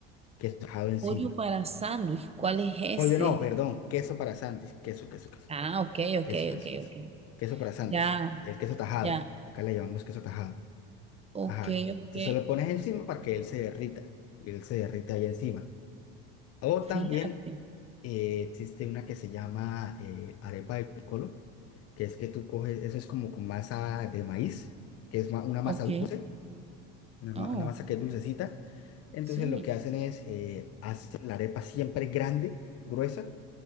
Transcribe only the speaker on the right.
Pollo para sándwich, ¿cuál es ese?
Ah, ok, ok,
ok,
ok.
Ya,
ya.
Ok,
ok.
Fíjate.
Ok.
Oh,
sí.